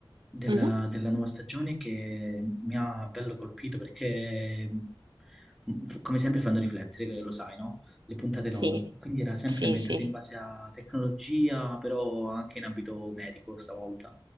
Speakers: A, in the centre; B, on the right.
A: della,
B: Mhm.
A: della nuova stagione che mi ha bello colpito perché, mm, f- come sempre, fanno riflettere, eh, lo sai, no? Le puntate loro.
B: Sì,
A: Quindi era sempre
B: sì,
A: ambientata
B: sì.
A: in base a tecnologia, però anche in ambito medico stavolta.